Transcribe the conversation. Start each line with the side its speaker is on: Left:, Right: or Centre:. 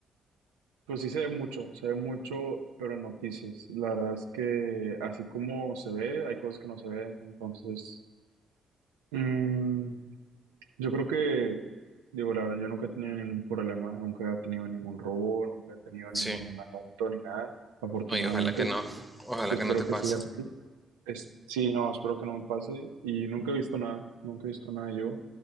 Right: pues sí se ve mucho, se ve mucho, pero en noticias, la verdad es que así como se ve, hay cosas que no se ven, entonces mm, yo creo que, digo, la verdad, yo nunca he tenido ningún problema, nunca he tenido ningún robo, nunca he tenido ningún
Centre: Sí.
Right: asalto ni nada, afortunadamente,
Centre: No, y ojalá que no. Ojalá
Right: y espero
Centre: que no te
Right: que
Centre: pase.
Right: siga así. Es, sí, no, espero que no me pase. Y nunca he visto nada, nunca he visto nada yo.